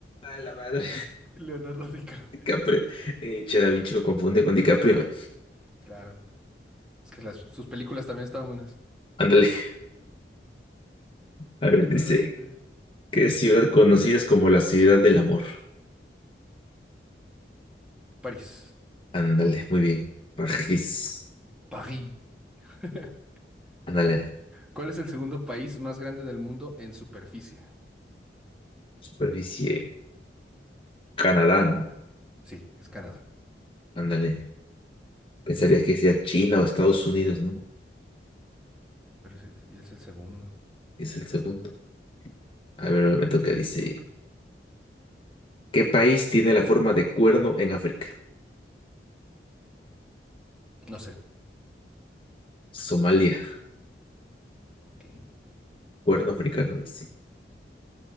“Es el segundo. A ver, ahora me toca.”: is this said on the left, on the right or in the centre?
Left